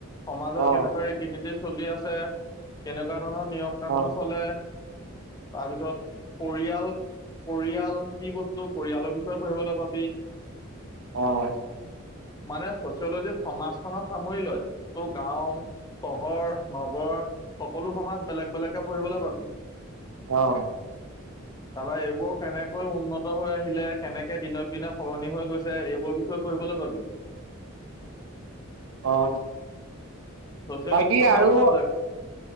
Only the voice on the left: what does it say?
সমাজত
কেনেকোৱা ৰীতি নীতি চলি আছে, কেনেকুৱা ধৰণৰ নিয়ম কানুন
চলে। তাৰপিছত পৰিয়াল-পৰিয়াল কি বস্তু, পৰিয়ালৰ বিষয়ে পঢ়িবলৈ পাবি।
মানে চচিয়লজিত সমাজখনত সামৰি লয়। ত গাঁও, চহৰ, নগৰ সকলো সমাজ বেলেগ বেলেগকে পঢ়িবলৈ পাবি।
তাৰপৰা এইবোৰ কেনেকৈ উন্নত হৈ আহিলে কেনেকে দিনক দিনে সলনি হৈ গৈছে। এইবোৰ বিষয়ে পঢ়িবলৈ পাবি।
ছচিয়লজিটো
ভাল
চাবজেক্ট